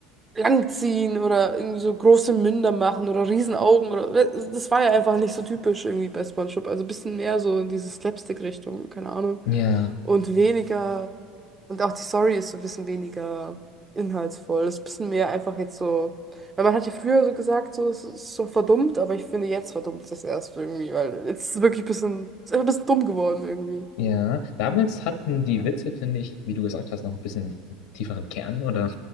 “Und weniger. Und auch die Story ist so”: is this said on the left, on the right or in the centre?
Right